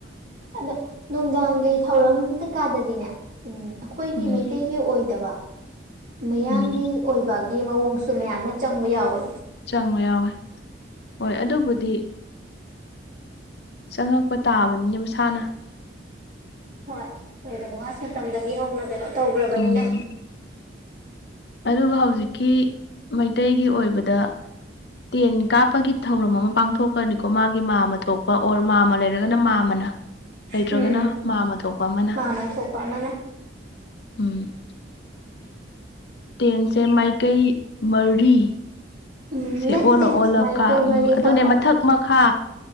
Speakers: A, on the right (about 45°); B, on the left (about 60°).
A: ꯑꯗꯣ ꯅꯨꯡꯗꯥꯡꯒꯤ ꯊꯧꯔꯝ ꯀꯩꯀꯥꯗꯗꯤꯅꯦ ꯎꯝ ꯑꯩꯈꯣꯏꯒꯤ
B: ꯎꯝ
A: ꯃꯩꯇꯩ ꯒꯤ ꯑꯣꯏꯗꯕ ꯃꯌꯥꯡꯒꯤ
B: ꯎꯝ
A: ꯑꯣꯏꯕꯒꯤ ꯃꯑꯣꯡꯁꯨ ꯃꯌꯥꯝ ꯑꯃ ꯆꯪꯕ ꯌꯥꯎꯏ꯫
B: ꯆꯪꯕ ꯌꯥꯎꯋꯤ ꯍꯣꯏ ꯑꯗꯨꯕꯨꯗꯤ꯫ ꯆꯪꯉꯛꯄ ꯇꯥꯕꯅꯤꯅꯦ ꯃꯁꯥꯅ꯫
A: ꯍꯣꯏ ꯀꯣꯏꯕꯅꯤ ꯋꯥꯁꯤꯅ ꯃꯇꯝꯗꯒꯤ ꯍꯧꯅ ꯀꯩꯅꯣ ꯇꯧꯒꯔꯕꯅꯤꯅ꯫
B: ꯎꯝ ꯑꯗꯨꯒ ꯍꯧꯖꯤꯛꯀꯤ ꯃꯩꯇꯩꯒꯤ ꯑꯣꯏꯕꯗ꯫ ꯇꯦꯟ ꯀꯥꯞꯄꯒꯤ ꯊꯧꯔꯝ ꯑꯃ ꯄꯥꯡꯊꯣꯛꯄꯅꯤꯀꯣ ꯃꯥꯒꯤ ꯃꯥꯝꯝ ꯊꯣꯛꯄ ꯑꯣꯔ ꯃꯥꯝꯃ ꯂꯩꯔ꯫ ꯂꯩꯔꯒꯅ ꯃꯥꯝꯃꯅ ꯂꯩꯇ꯭ꯔꯒꯅ
A: ꯎꯝ
B: ꯃꯥꯝꯃ ꯊꯣꯛꯄ ꯑꯃꯅ꯫
A: ꯃꯥꯃ ꯊꯣꯛꯄ ꯑꯃꯅ
B: ꯎꯝ ꯇꯦꯟꯁꯦ ꯃꯥꯏꯀꯩ ꯃꯔꯤ
A: ꯎꯝ
B: ꯁꯦ
A: ꯅꯠꯇꯦ
B: ꯑꯣꯜꯂ ꯑꯣꯜꯂ
A: ꯃꯥꯏꯀꯩ
B: ꯀꯥꯞ
A: ꯃꯔꯤ
B: ꯎꯝ ꯑꯗꯨꯅꯦ
A: ꯍꯣꯏ ꯍꯣꯏ
B: ꯃꯥꯊꯛ ꯃꯈꯥ